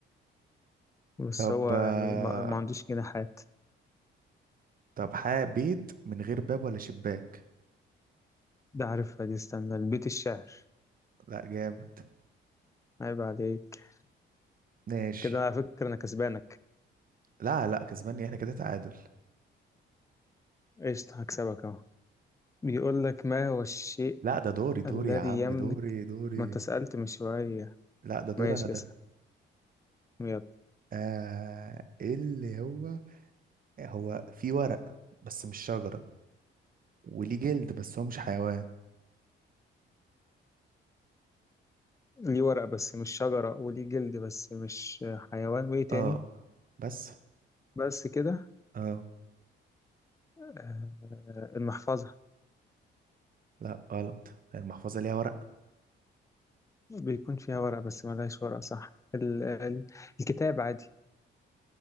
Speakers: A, on the left; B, on the right.
A: بس
B: طب
A: هو
B: آه
A: يعني ما, ما عندوش جناحات
B: طب حاب بيت من غير باب ولا شباك
A: ده عارفها دي استنى البيت الشعر
B: لا جامد
A: عيب عليك
B: ماشي
A: كده على فكرة أنا كسبانك
B: لا لا كسباني احنا كده تعادل
A: قشطة هكسبك أهو بيقول لك ما هو الشيء
B: لا ده دوري
A: الذي
B: دوري يا عم
A: يملك
B: دوري دوري
A: ما أنت سألت من شوية
B: لا ده دور
A: ماشي
B: انا ده
A: اسأل يلا
B: آه إيه اللي هو هو في ورق بس مش شجرة وليه جلد بس هو مش حيوان
A: ليه ورق بس مش شجرة وليه جلد بس مش حيوان وإيه تاني
B: اه بس
A: بس كده
B: اه
A: آه، المحفظة
B: لا غلط المحفظة ليها ورق
A: بيكون فيها ورق بس ملهاش ورق صح ال- ال- الكتاب عادي